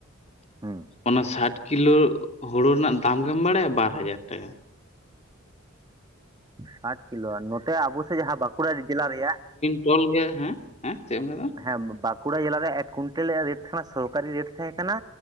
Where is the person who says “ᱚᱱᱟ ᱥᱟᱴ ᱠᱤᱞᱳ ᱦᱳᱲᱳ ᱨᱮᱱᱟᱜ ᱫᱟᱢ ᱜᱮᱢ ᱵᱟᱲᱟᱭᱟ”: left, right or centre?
Left